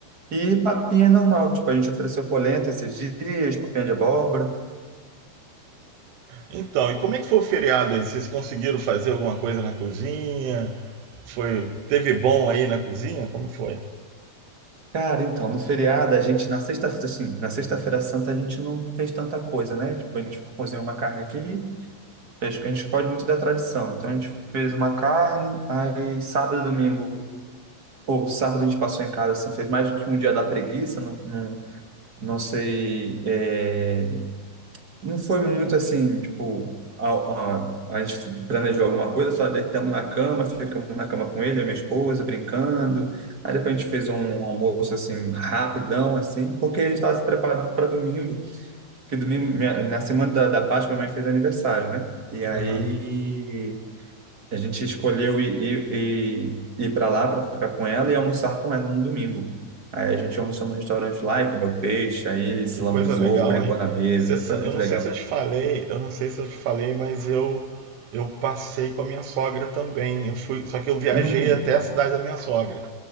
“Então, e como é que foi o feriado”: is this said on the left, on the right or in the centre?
Right